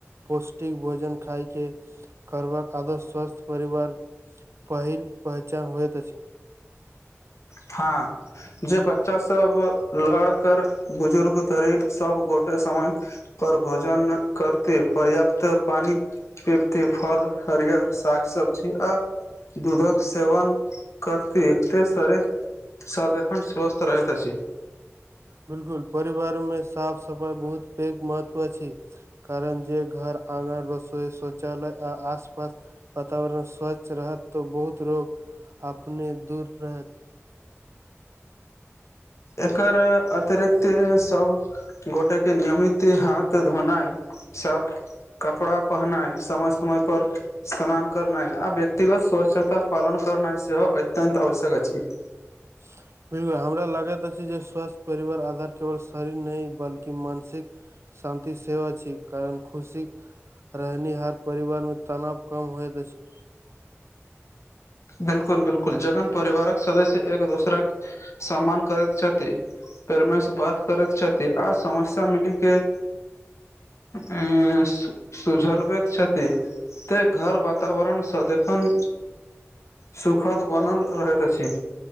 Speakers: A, on the right; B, on the left.
A: पौष्टिक भोजन खायके करबाक आदर स्वस्थ परिवार पहिल पहचान होइत अछि
B: हाँ जे बच्चा सब लड़ कर बुजुर्ग धरी सब गोटे समय पर भोजन करते पर्याप्त पानी पेबते फल हरियर साग सब्जी आ दूधक सेवन करते एते शरीर सब एखन स्वस्थ स्वस्थ रहैत छथि
A: बिल्कुल परिवार में साफ सफाइ बहुत पैघ महत्व अछि कारण जे घर आंगन रसोई शौचालय आ आसपास वातावरण स्वच्छ रहत तऽ बहुत रोग अपने दूर रहत
B: एकर अतिरिक्त सभ गोटा के नियमित हाथ धोनाई साफ कपड़ा पहनाय समय समय पर स्नान करनाय आ व्यक्तिगत स्वच्छता पालन करना सेहो अत्यंत आवश्यक अछि
A: <inaudible> बिल्कुल हमरा लागैत छै जे स्वास्थ्य परिवार आधार केवल शरीर नहि बल्कि मानसिक शान्ति सेव अछि कारण खुशी रहनीयार परिवार में तनाव कम होयत छै
B: बिल्कुल बिल्कुल जखन परिवारक सदस्य एक दोसराक सम्मान करैत छथि प्रमेश बात करैत छथि आ समस्या मिली के ह सुझलवे बेद छथि त घर बताबरण सदिखन सुखद बनल रहैत अछि